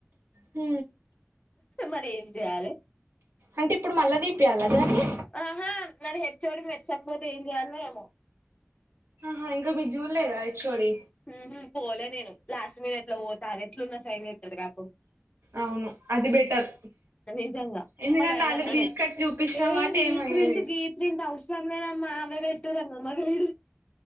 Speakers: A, on the right; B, on the left.
A: హ
B: మరి ఏం చేయాలి
A: అంటే ఇప్పుడు మళ్లా దీపయాలదాని
B: ఆహా మరి హెర్చ్చవడి మెర్చ్చకపోతే ఏం చేయాలి మేము
A: హా ఇంకా మీ చూడలేదా హెచ్ ఓ డి
B: ఊ హుమ్ పోలే నేను లాస్ట్మ అట్ల పోత రెట్లున్న సైన్ చేస్తాడు నాకు
A: అవును అది బెటర్
B: నిజంగ
A: ఎందుకంటే
B: మ గైడ్
A: ఆల్రెడీ
B: అన్నాడు
A: తీసుకొచ్చి చూపించినాం
B: ఏ
A: కాబట్టి
B: రీ
A: ఏమయ్యేది
B: ప్రింట్ గీ ప్రింట్ అవసరం లేనా మామె పెటూరన్నాడ్ మ గైడు